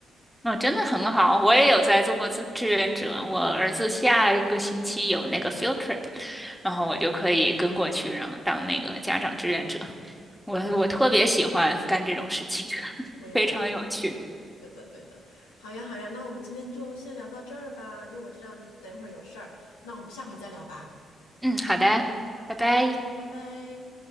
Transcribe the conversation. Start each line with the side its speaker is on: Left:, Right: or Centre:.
Centre: 嗯，真的很好，我也有在做志志愿者。我儿子下一个星期有那个 field trip，然后我就可以跟过去，然后当那个家长志愿者。我我特别喜欢干这种事情，
Left: 嗯，
Centre: <laughs>
Left: 我也很。
Centre: 非常有趣。
Left: 对的，对的。好呀，好呀，那我们今天就先聊到这儿吧，因为我知道你等一会儿有事儿，那我们下回再聊吧，
Centre: 嗯，好的，拜拜。
Left: 拜拜。